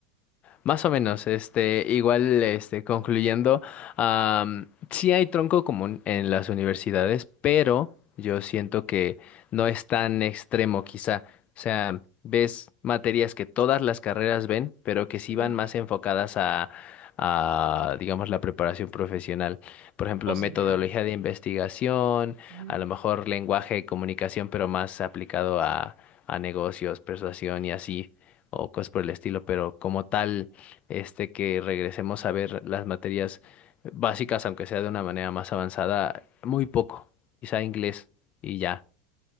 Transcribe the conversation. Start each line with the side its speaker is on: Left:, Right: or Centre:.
Left: Más o menos, este, igual, este, concluyendo, am, sí hay tronco común en las universidades, pero yo siento que no es tan extremo, quizá. O sea, ves materias que todas las carreras ven, pero que sí
Right: Ujú.
Left: van más enfocadas a, a, digamos, la preparación profesional. Por ejemplo,
Right: Oh, sí,
Left: metodología
Right: claro.
Left: de investigación,
Right: Ujú.
Left: a lo mejor lenguaje y comunicación, pero más aplicado a, a negocios, persuasión y así, o cosas por el estilo, pero como tal este, que regresemos a ver las materias básicas, aunque sea de una manera más avanzada, muy poco, quizá inglés y ya.